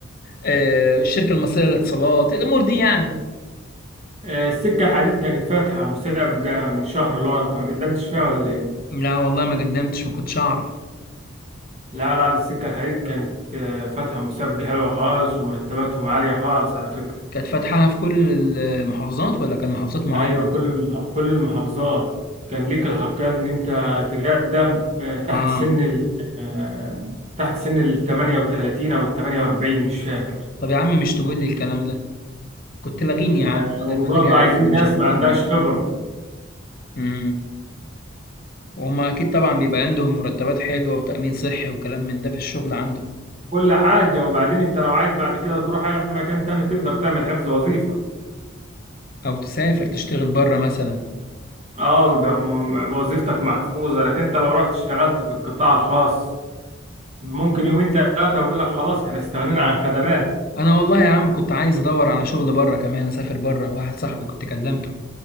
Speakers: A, on the left (about 50°); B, on the right (about 35°).
A: آه، الشركة المصرية للاتصالات الأمور دي يعني
B: آه السكة الحديد كانت فاتحة مسابقة من شهر لورا انت ما قدمتش فيها ولا ايه؟
A: لا والله ما قدمتش ما كنتش أعرف
B: لا لا دي السكة الحديد كانت آه فاتحة مسابقة حلوة خالص ومرتباتهم عالية خالص على فكرة
A: كانت فاتحاها في كل المحافظات ولا كان محافظات معينة؟
B: ايوه كل المح... كل المحافظات كان ليك الحقية ان انت تقدم آه، تحت
A: آه
B: سن ال... آه، تحت سن ال 38 او ال 48 مش فاكر
A: طب يا عم مش تقول لي الكلام ده كنت لغيني
B: آه،
A: يا عم بدل
B: وبرضه
A: ما انا قاعد
B: عايزين
A: كده مش
B: ناس
A: عارف
B: ما عندهاش
A: اعمل ايه
B: خبرة
A: امم وهما اكيد طبعا
B: يعني
A: بيبقى عندهم مرتبات حلوه وتامين صحي وكلام من ده في الشغل عندهم
B: كل حاجة وبعدين انت لو عايز بعد كده تروح اي مكان تاني تقدر تعمل حفظ وظيفة
A: او تسافر تشتغل بره مثلا
B: اه يبقى م- وظيفتك محفوظة لكن انت لو رحت اشتغلت في القطاع الخاص ممكن يومين ثلاثة ويقول لك خلاص احنا استغنينا عن خدماتك
A: انا والله يا عم كنت عايز ادور على شغل بره كمان اسافر بره واحد صاحبي كنت كلمته